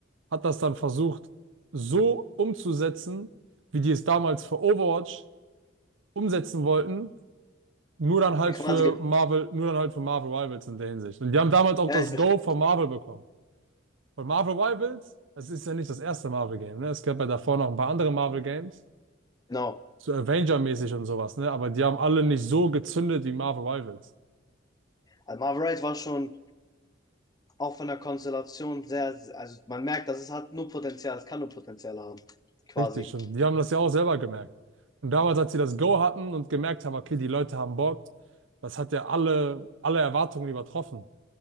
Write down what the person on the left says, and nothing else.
Okay, Quasi
gibt.
Ja,
ich verstehe.
Genau.
Also Marvel Wright war schon auch von der Konstellation sehr, sehr- also man merkt, dass es hat nur Potenzial, es kann nur Potenzial haben. Quasi.